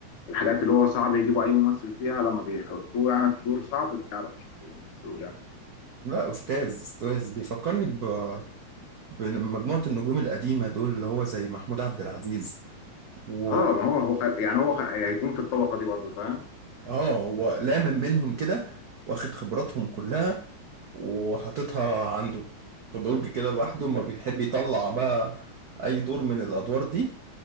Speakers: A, on the left; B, on the right.
A: الحاجات اللي هو صعب يجيبوا اي ممثل فيها لما بيحطوه يعني في دور صعب بيعرف يمثله جامد
B: لا استاذ استاذ بيفكرني ب بمجموعة النجوم القديمة دول اللي هو زي محمود عبد العزيز و
A: اه ما هو هو خل... يعني هو خ... هيكون في الطبقه دي برضه فاهم
B: اه هو لامم منهم كده واخد خبراتهم كلها وحاططها عنده في درج كده لوحده ما بيحب يطلع بقى اي دور من الادوار دي